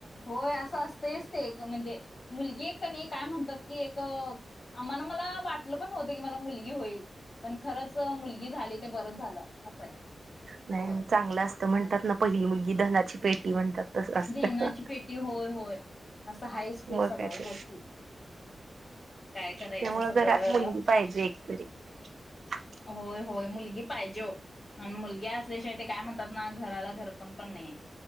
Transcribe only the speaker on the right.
नाही
चांगल असत म्हणतात
ना पहिली मुलगी धनाची पेटी म्हणतात तसं असतं.
मग
काय तर
त्यामुळं
घरात मुलगी पाहिजे <inaudible>